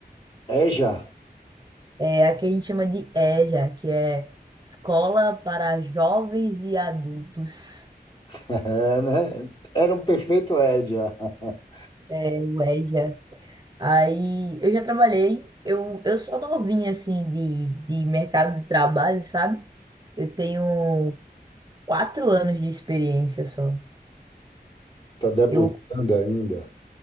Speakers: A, on the left (about 30°); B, on the right (about 25°).
A: EJA,
B: É, aqui a gente chama de EJA, que é Escola para Jovens e Adultos,
A: <laughs> é, né? Era um perfeito EJA. <laughs>
B: é o EJA. Aí eu já trabalhei, eu, eu sou novinha assim de, de mercado de trabalho, sabe? Eu tenho quatro anos de experiência só.
A: Tá debutando
B: Eu,
A: ainda,